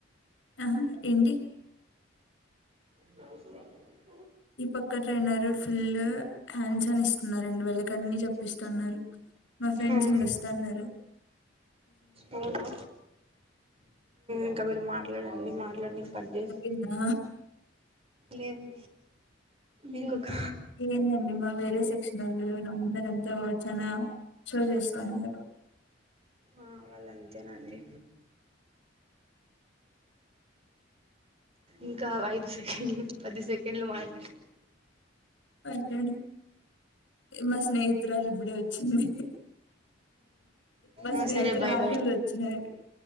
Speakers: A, on the left (about 75°); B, on the right (about 35°).
A: ఆ ఏంటి
B: బ బ
A: ఈ పక్క ట్రైనర్ ఫుల్ హ్యాండ్స్ అని న్నారు రెండు వేల కన్ని చెప్పిస్తున్నారు మా ఫ్రెండ్స్
B: మ్
A: ఇంగొస్తున్నారు
B: అవునా ఇంకా మీరు మాట్లాడండి మాట్లాడి కట్ చేసి
A: అయిపొయిందా
B: లేదు ఇంకొక
A: ఏందండి మా వేరే సెక్షన్ వోళ్ళు వాళ్ళు అందరు ఎంతో చానా షో చేస్తున్నారు
B: ఆ అ వాళ్ళు అంతేనండి ఇంకా ఐదు సెకండ్లు పది సెకండ్లు మాట్లా
A: పర్లేడు మా స్నేహితురాలు ఇప్పుడే వచ్చింది మా
B: ఆ
A: స్నేహితురాలులు
B: సరే బాయ్ బాయ్
A: వచ్చినారు